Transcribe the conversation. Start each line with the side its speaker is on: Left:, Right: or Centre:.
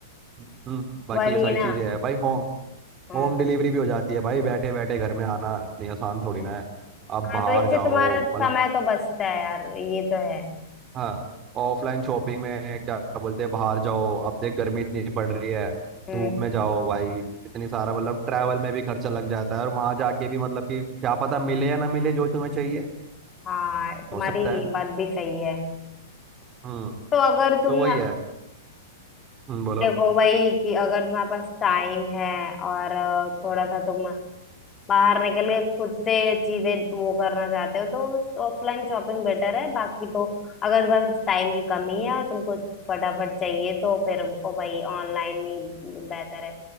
Right: हम्म बाकी
Left: वही
Right: ये सारी
Left: ना
Right: चीजें हैं भाई हो
Left: हाँ
Right: होम डिलीवरी भी हो जाती है भाई बैठे बैठे घर में आना इतनी आसान थोड़ी ना है आप
Left: हाँ
Right: बाहर
Left: तो इससे
Right: जाओ
Left: तुम्हारा
Right: मतलब
Left: समय तो बचता है यार ये तो है
Right: हाँ ऑफलाइन शॉपिंग में क्या बोलते हैं बाहर जाओ अब देख गर्मी इतनी पड़ रही है
Left: हम्म
Right: धूप में
Left: हम्म,
Right: जाओ भाई इतनी सारा मतलब ट्रैवल में भी खर्चा लग जाता है और वहां जाके भी मतलब कि क्या पता मिले या ना मिले जो तुम्हें चाहिए
Left: हाँ तुम्हारी
Right: हो सकता
Left: ये
Right: है
Left: बात भी सही है
Right: हम्म
Left: तो अगर तुम
Right: तो वही
Left: ना
Right: है हम्म बोलो
Left: देखो भाई कि अगर तुम्हारे पास टाइम है और अ, थोड़ा सा तुम बाहर निकल के खुद से चीजें वो करना चाहते हो तो ऑफलाइन शॉपिंग बेटर है बाकी तो अगर तुम्हारे पास टाइम की कमी है और तुमको फटाफट चाहिए तो फिर ओ भाई ऑनलाइन ही बेहतर है